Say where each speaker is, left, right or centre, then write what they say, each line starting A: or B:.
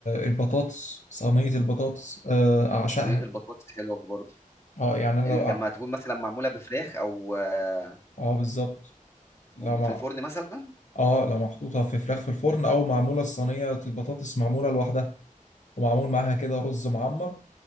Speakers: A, on the left; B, on the left.
A: البطاطس صينية البطاطس آه، أعشقها
B: صينية البطاطس حلوة برضه
A: اه يعني أنا
B: ال-
A: لو
B: لما
A: أع-
B: تكون مثلا معمولة بفراخ او آه،
A: اه بالظبط لو
B: أم
A: مع
B: في الفرن مثلا
A: اه لو محطوطة في فراخ في الفرن أو معمولة الصينية البطاطس معمولة لوحدها ومعمول معاها كده رز معمر